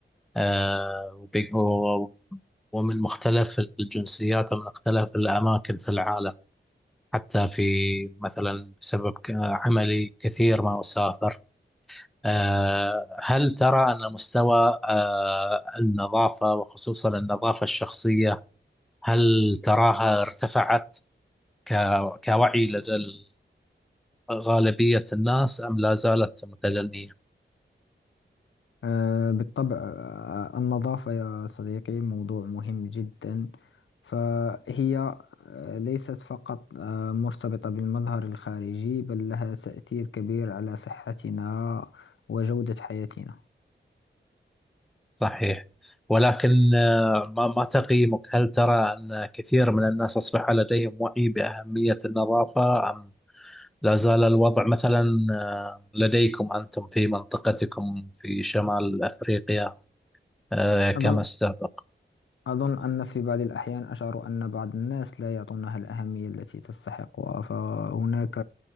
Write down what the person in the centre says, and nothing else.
آه، وب- و- ومن مختلف الجنسيات ومن مختلف الأماكن في العالم حتى في مثلا بسبب ك- عملي كثير ما أسافر آه، هل ترى أن مستوى آه، النظافة وخصوصا النظافة الشخصية هل تراها ارتفعت ك- كوعي لدى ال- غالبية الناس أم لا زالت متدنية؟
صحيح ولكن آه، ما ما تقييمك هل ترى أن كثير من الناس أصبح لديهم وعي بأهمية النظافة أم لا زال الوضع مثلا آه، لديكم أنتم في منطقتكم في شمال أفريقيا آه، كما
السابق؟